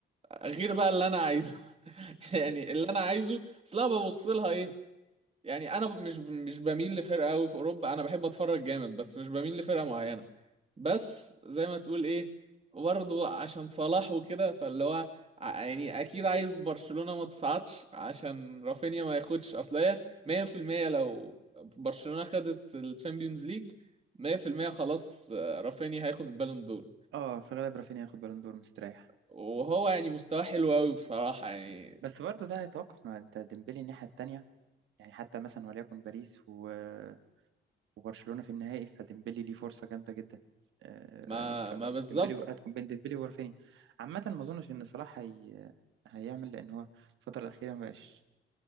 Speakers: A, on the right; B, on the right.
A: غير بقى اللي انا عايزه <laughs> يعني اللي انا عايزه اصل انا ببص لها إيه، يعني انا ب- مش مش بميل لفرقه قوي في اوروبا انا بحب اتفرج جامد بس مش بميل لفرقه معينه بس زي ما تقول ايه برضه عشان صلاح وكده فاللي هو ع- يعني اكيد عايز برشلونه ما تصعدش عشان رافينيا ما ياخدش اصل هي 100% لو برشلونه خدت الشامبيونز ليج 100% خلاص آه، رافينيا هياخد البالون دور
B: اه في غالب رافينيا هياخد بالون دور مستريح
A: وهو يعني مستواه حلو قوي بصراحه يعني
B: بس برضه ده هيتوقف مع انت ديمبلي الناحيه التانيه يعني حتى مثلا وليكن باريس و- وبرشلونه في النهائي فديمبلي ليه فرصه جامده جدا آه،
A: ما
B: ف-
A: ما بالظبط
B: ديمبلي هتكون بين ديمبلي ورافينيا عامه ما اظنش ان صلاح هي... هيعمل لان هو الفتره الاخيره ما بقاش